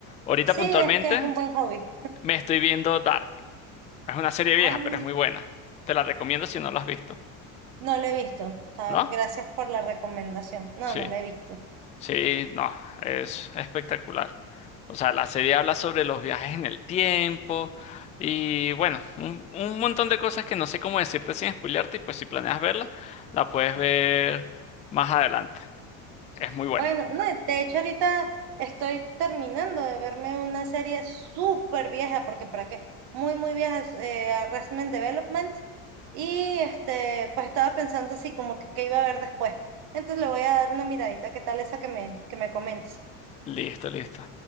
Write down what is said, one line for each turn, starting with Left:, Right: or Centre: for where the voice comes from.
Left: Ahorita
Right: Sí,
Left: puntualmente
Right: es que es un buen hobby.
Left: me estoy viendo Dark. Es una serie vieja,
Right: Ah,
Left: pero es muy buena. Te la recomiendo si no la has visto,
Right: no lo he visto. Ah,
Left: ¿no?
Right: gracias por la recomendación. No,
Left: Sí.
Right: no lo he visto.
Left: Sí, no, es espectacular. O sea, la serie habla sobre los viajes en el tiempo y bueno, un, un montón de cosas que no sé cómo decirte sin spoilearte y pues si planeas verla, la puedes ver más adelante. Es muy
Right: Bueno,
Left: buena.
Right: no, de hecho ahorita estoy terminando de verme una serie súper vieja, porque para qué, muy, muy vieja, eh, Arrested Development. Y este, pues estaba pensando así como que qué iba a ver después. Entonces le voy a dar una miradita, ¿qué tal esa que me, que me comentas?
Left: Listo, listo.